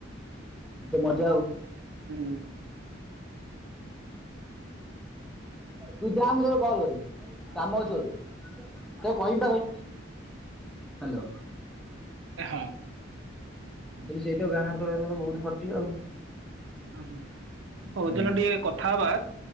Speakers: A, in the centre; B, on the right (about 70°).
A: ଏତ ମଜା ଆଉ।
B: ହୁଁ।
A: ତୁ ଯା ମୁଁ ତତେ କଲ କରିବି। କାମ ଅଛି ଗୋଟେ। ତ କହିମ୍ ପା କହିନି। ହ୍ୟାଲୋ!
B: ହଁ।
A: ମୁଁ କହିଲି ସେଇତ ଗାଁରେ ତ ରହିଲେ ବହୁତ ଖଟି ଆଉ।
B: ହୁଁ ହୁଁ, ହଉ
A: ହୁଁ
B: ଚାଲ ଟିକେ କଥା ହବା,